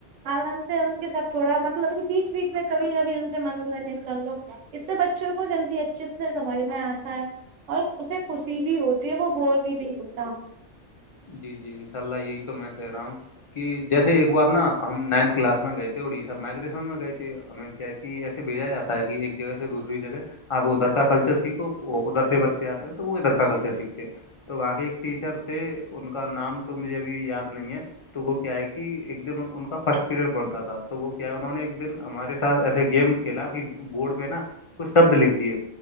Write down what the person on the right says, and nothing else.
آرام سے ان کے سب تھوڑا مطلب بیچ بیچ میں کبھی کبھی ان سے منورنجن کر لوگ کیا اس سے بچوں کو جلدی اچھے سے سمجھ میں آتا ہے اور اسے خوشی بھی ہوتی ہے وہ بور بھی نہیں ہوتا